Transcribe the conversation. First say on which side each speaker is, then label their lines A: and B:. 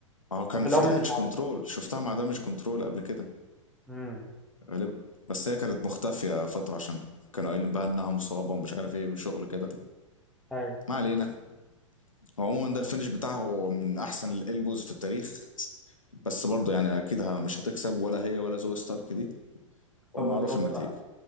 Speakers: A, on the left; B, in the centre.
A: ما هو كان
B: في الام
A: في دامج
B: يعني
A: كنترول شفتها مع دامج كنترول قبل كده
B: امم
A: غالبا بس هي كانت مختفية فترة عشان كانوا قايلين بقى انها مصابة ومش عارف ايه وشغل كده
B: ايوه
A: ما علينا هو عموما ده الفينش بتاعها هو من احسن الالبوز في التاريخ بس برضه يعني اكيد ه- مش هتكسب ولا هي ولا زوي ستارك دي ومعروف
B: آه، بالظبط
A: النتيجة
B: آه،